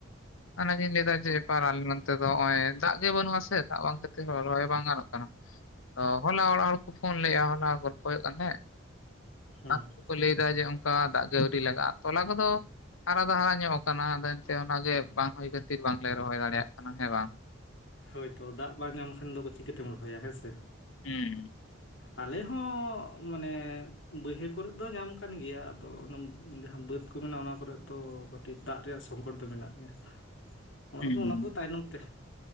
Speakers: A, on the left; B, on the left.
A: ᱚᱱᱟ ᱜᱤᱧ ᱞᱟᱹᱭ ᱮᱫᱟ ᱡᱮ ᱼᱼ ᱮᱠᱟᱞ ᱟᱞᱮ ᱱᱚᱱᱛᱮ ᱫᱚ ᱦᱚᱜᱚᱭ ᱫᱟᱜ ᱜᱮ ᱵᱟᱹᱱᱩᱜ ᱟᱥᱮ ᱫᱟᱜ ᱵᱟᱝ ᱦᱚᱛᱮᱡ ᱛᱮ ᱨᱚᱦᱚᱭ ᱜᱮ ᱵᱟᱝ ᱜᱟᱱᱚᱜ ᱠᱟᱱᱟ᱾ ᱚ ᱦᱚᱞᱟ ᱚᱲᱟᱜ ᱦᱚᱲ ᱠᱚ ᱯᱷᱳᱱ ᱞᱮᱜᱼᱟ ᱦᱚᱞᱟ ᱜᱚᱞᱯᱚ ᱦᱩᱭᱩᱜ ᱠᱟᱱ ᱛᱟᱦᱮᱸᱫ
B: ᱦᱮᱸ
A: ᱩᱱᱠᱩ ᱠᱚ ᱞᱟᱹᱭᱫᱟ ᱡᱮ ᱚᱱᱠᱟ ᱫᱟᱜ ᱜᱮ ᱟᱹᱣᱨᱤ ᱞᱟᱜᱟᱜᱼᱟ ᱛᱚᱞᱟ ᱠᱚᱫᱚ ᱦᱟᱨᱟ ᱫᱚ ᱦᱟᱨᱟ ᱧᱚᱜᱼᱼ ᱠᱟᱱᱟ ᱚᱱᱟ ᱞᱟᱭᱤᱱᱛᱮ ᱚᱱᱟᱜᱮ ᱵᱟᱝ ᱦᱩᱭ ᱠᱷᱟᱹᱛᱤᱨ ᱵᱟᱝᱞᱮ ᱨᱚᱦᱚᱭ ᱫᱟᱲᱮᱭᱟᱜ ᱠᱟᱱᱟ ᱦᱮᱸ ᱵᱟᱝ?
B: ᱦᱳᱭ ᱛᱚ ᱫᱟᱜ ᱵᱟᱝ ᱮᱢ ᱠᱷᱟᱱ ᱫᱚ ᱪᱤᱠᱟᱹᱛᱮᱢ ᱨᱚᱦᱚᱭᱟ ᱦᱮᱸ ᱥᱮ᱾
A: ᱦᱩᱸ
B: ᱟᱞᱮ ᱦᱚᱸ ᱢᱟᱱᱮᱼᱼ ᱵᱟᱹᱭᱦᱟᱹᱲ ᱠᱚᱨᱮ ᱫᱚ ᱧᱟᱢ ᱠᱟᱱ ᱜᱮᱭᱟ ᱟᱫᱚ ᱚᱱᱟ ᱡᱟᱦᱟᱸ ᱵᱟᱹᱫᱽ ᱠᱚ ᱢᱮᱱᱟᱜᱼᱟ ᱚᱱᱟ ᱠᱚᱨᱮᱫ ᱫᱚᱼᱼ ᱠᱟᱹᱴᱤᱡ ᱫᱟᱜ ᱨᱮᱭᱟᱜ ᱥᱚᱝᱠᱚᱴ ᱫᱚ ᱢᱮᱱᱟᱜ ᱜᱮᱭᱟ ᱚᱱᱟ
A: ᱦᱩᱸ
B: ᱠᱚᱫᱚ ᱚᱱᱟ ᱠᱚᱫᱚ ᱛᱟᱭᱱᱚᱢ ᱛᱮ